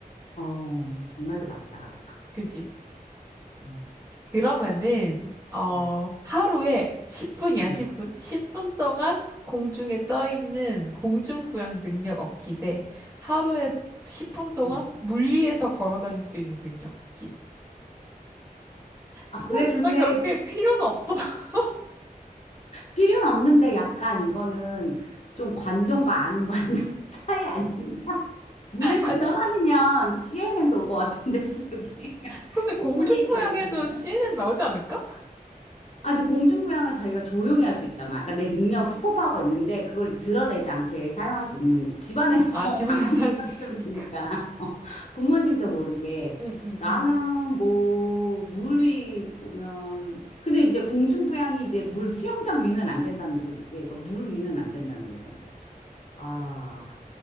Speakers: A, on the left (about 45°); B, on the right (about 20°).
A: 어, 네 말도 맞다.
B: 그지?
A: 응,
B: 그러면은, 어,
A: 응,
B: 하루에 10분이야,
A: 응.
B: 10분? 10분 동안 공중에 떠 있는 공중부양 능력 얻기 대 하루에 10분 동안
A: 응.
B: 물 위에서 걸어 다닐 수 있는 능력 얻기. 사실
A: 아, 그래.
B: 둘
A: 근데
B: 다 그렇게 필요는 없어. <laughs>
A: 필요는 없는데 약간 이거는 좀 관종과 안 관종 <laughs> 차이 아니 물에서
B: 아니,
A: 떠다니면 CNN도 올 것 같은데, <laughs> 여기.
B: 근데 공중부양해도
A: 10분이든 5분이든.
B: CNN 나오지 않을까?
A: 아, 근데 공중부양은 자기가 조용히 할 수 있잖아. 그러니까 내 능력, 슈퍼파워가 있는데 그걸 이제 드러내지 않게 사용할 수 있는 집안에서
B: 아, 집안에서
A: <laughs> 방 안에
B: 할 수
A: 살면
B: 있으니까.
A: 되니까 <laughs> 어, 부모님도 모르게
B: 응, 응,
A: 나는
B: 응.
A: 뭐 물이 그러면 근데 이제 공중부양이 이제 물 수영장 위는 안 된다는 소리지. 그러니까 물 위는 안 된다는 거잖아. 아,